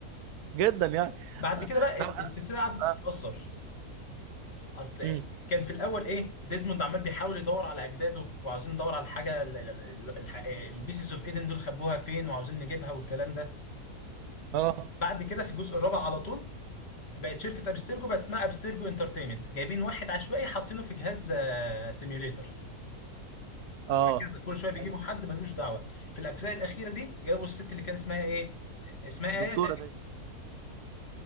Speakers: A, on the right; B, on the left.
A: جدا يعني
B: بعد كده بقى
A: طب
B: ال-
A: اه
B: السلسلة قعدت
A: اه
B: تتأثر اصل
A: مم.
B: كان في الاول ايه ديزموند عمال بيحاول يدور على اجداده وعاوزين ندور على الحاجه البيسز اوف ايدن دول خبوها فين وعاوزين نجيبها والكلام ده
A: اه
B: بعد كده في الجزء الرابع على طول بقت شركه ابسترجو بقت اسمها ابسترجو انترتينمنت جايبين واحد عشوائي حاطينه في جهاز سيميوليتر
A: آه.
B: وهكذا كل شويه بيجيبوا
A: أي-
B: حد ملوش دعوه في الاجزاء الاخيره دي جابوا الست اللي كان اسمها ايه اسمها
A: الدكتوره
B: ايه تقريبا
A: دي